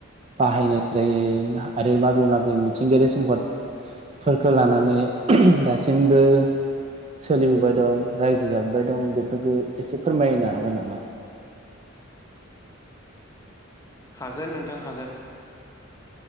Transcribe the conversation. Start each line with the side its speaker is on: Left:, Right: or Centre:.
Right: बाहायनाय जायो? आरो मा बे माबे मिथिंगायारि सम्पद फोरखो लानानै दासिमबो सोलिबोबाय दं रायजो जाबोबाय दं बेफोरखौ एसे फोरमायनो हागोन नामा?
Left: हागोन नोंथां हागोन।